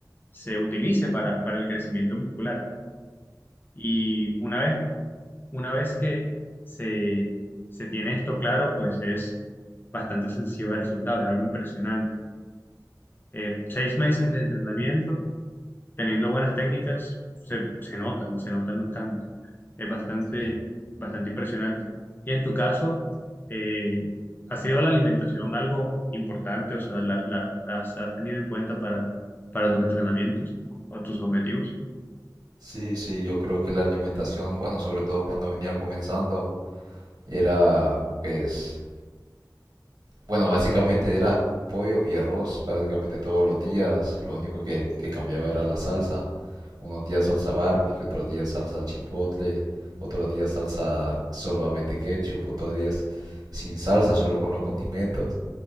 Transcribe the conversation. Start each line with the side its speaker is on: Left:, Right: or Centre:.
Left: se utilice para, para el crecimiento muscular. Y una vez, una vez que se, se tiene esto claro, pues es bastante sencillo ver resultados, es algo impresionante. Eh, seis meses de entrenamiento, teniendo buenas técnicas, se, se notan, se notan los cambios. Es bastante,
Right: Sí.
Left: bastante impresionante. Y en tu caso, eh, ¿ha sido la alimentación algo importante? O sea, ¿la, la- las has tenido en cuenta para, para tus entrenamientos o tus objetivos?
Right: Sí, sí, yo creo que la alimentación, bueno, sobre todo cuando venía comenzando, era pues Bueno, básicamente era pollo y arroz prácticamente todos los días. Lo único que, que cambiaba era la salsa. Unos días salsa barbecue, otros días salsa chipotle, otros días salsa solamente ketchup, otros días sin salsa, solo con los condimentos.